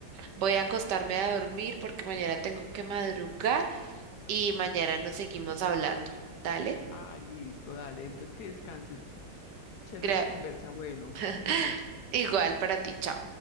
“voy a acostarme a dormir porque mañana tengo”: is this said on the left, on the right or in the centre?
Right